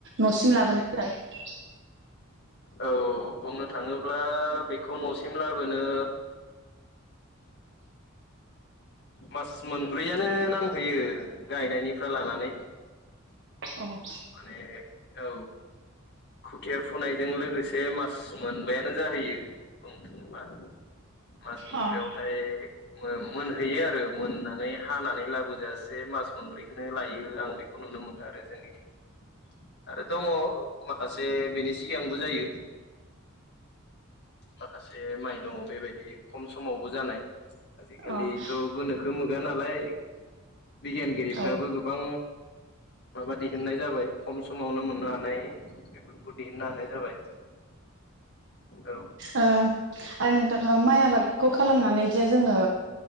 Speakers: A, on the right; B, on the left.
A: न'सिम लाबोनो ज
B: औ बुंनो थाङोब्ला बेखौ नसिम लाबोनो मास मोनब्रैयानो नांहैयो गायनायनिफ्राय लानानै
A: औ
B: माने औ खुथिया फुनाय बेजों लोगोसे मास मोनबानो जाहैयो बुंनो थाङोबा मास मोनब्रैयाव
A: अ अ
B: थ फाय मोनहैयो आरो मोननानै हानानै लाबोजायासै मास मोनब्रैखौनो लायो आं बेखौ खौ नुनो मोनो आरो जोंनिथिं आरो दङ माखासे बेनि सिगांबो जायो माखासे माइ दंङ बेबायदि खम समावबो जानाय आजिखालिथ'
A: अ
B: गोनोखो मोगा नालाय बिगियानगिरिफ्राबो
A: अ औ
B: गोबां माबा दिहुननाय जाबाय खम समावनो मोननो हानाय बेफोरखौ दिहुननो हानाय जाबाय औ
A: ओ आरो नोंथां माइ आबादखौ खालामनानै जे जोंङो